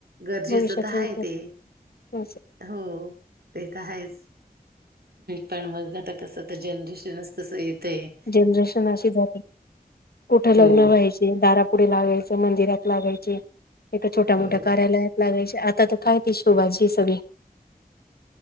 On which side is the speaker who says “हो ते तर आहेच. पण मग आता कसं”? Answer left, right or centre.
Right